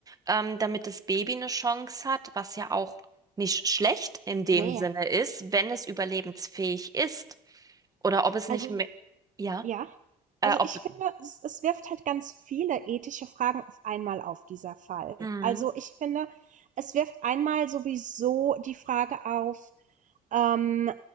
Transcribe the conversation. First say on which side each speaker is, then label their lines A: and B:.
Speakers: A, on the right (about 20°); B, on the right (about 50°).
A: ähm, damit das Baby eine Chance hat, was ja auch nicht schlecht in dem
B: ne.
A: Sinne ist, wenn es überlebensfähig ist oder ob es
B: Also
A: nicht mehr, ja,
B: ja? Also,
A: äh, ob
B: ich finde, es es wirft halt ganz viele ethische Fragen auf einmal auf, dieser Fall.
A: Mhm.
B: Also, ich finde, es wirft einmal sowieso die Frage auf Ähm,